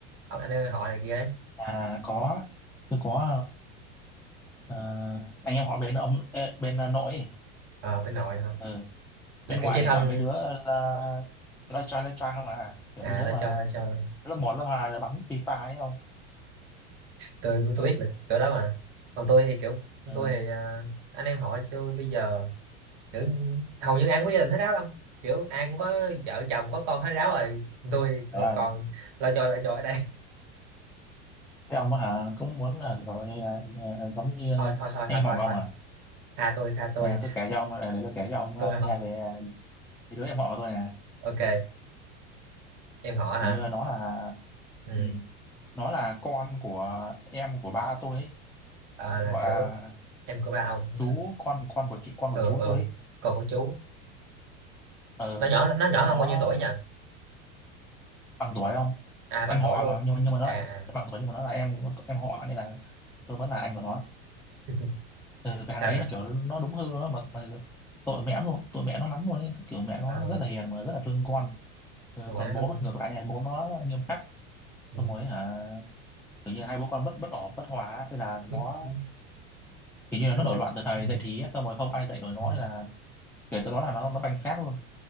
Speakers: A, on the right; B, in the centre.
A: ông anh em họ này kia ấy
B: à có tôi có ờ, ờ, anh em họ bên ông ê, bên ờ, nội ấy.
A: ờ bên nội hả
B: ừ
A: là
B: bên ngoại
A: kiểu chơi
B: thì
A: thân
B: toàn mấy đứa là live try live try không à kiểu
A: à
B: mấy đứa
A: nó
B: mà
A: chơi nó chơi
B: lớp một lớp 2 là bấm FIFA ấy không
A: tôi tôi
B: <laughs>
A: biết là chỗ đó mà còn tôi thì kiểu
B: ừ.
A: tôi thì à, anh em họ tôi bây giờ kiểu hầu như ai cũng có gia đình hết ráo đâu kiểu ai cũng có vợ chồng có con hết ráo rồi tôi
B: Thế ơi,
A: còn lo cho lo cho ở đây
B: thế ông á hả cũng muốn là kiểu như là, à, giống như
A: thôi
B: à,
A: thôi thôi
B: anh
A: thôi
B: em
A: thôi
B: họ của ông
A: thôi
B: à
A: tha tôi tha tôi
B: nè tôi kể cho ông để, để tôi kể cho ông
A: tôi
B: à,
A: không
B: nghe về cái đứa em họ của tôi nè
A: ok em họ hả
B: kiểu như là nó là
A: ừ
B: ừ, nó là con của em của ba tôi ấy.
A: Ờ,
B: gọi
A: là kiểu
B: là
A: em của ba ông
B: chú con con của chị con của
A: ừ
B: chú
A: ừ
B: tôi ấy.
A: còn của chú
B: Ờ,
A: nó nhỏ nó nhỏ
B: nó
A: hơn bao nhiêu tuổi nhỉ
B: bằng tuổi không
A: à bằng
B: em họ
A: tuổi luôn
B: mà nhưng mà nhưng mà nó
A: à
B: lại-
A: à
B: bằng tuổi nhưng mà nó là em em họ nên là tôi vẫn là anh của nó
A: <laughs>
B: ừ, cái
A: sao
B: thằng đấy
A: nữa
B: là kiểu nó đúng hư nó mà, mà tội mẹ luôn tội mẹ nó lắm luôn ấy kiểu mẹ nó
A: ờ
B: rất là hiền mà rất là thương con ừ,
A: mà ngoại
B: còn
A: nó
B: bố
A: hư
B: ngược lại nhà bố nó nghiêm khắc
A: ừ.
B: xong rồi hả kiểu như hai bố con bất bất ổn bất hòa ấy. thế là nó
A: nhức. Ừ.
B: kiểu như là
A: nó
B: nó
A: bổi
B: nổi loạn từ thời
A: ừ.
B: dậy thì ấy. xong rồi không ai dạy nổi nó
A: ừ.
B: thế là kể từ đó là nó nó banh xác luôn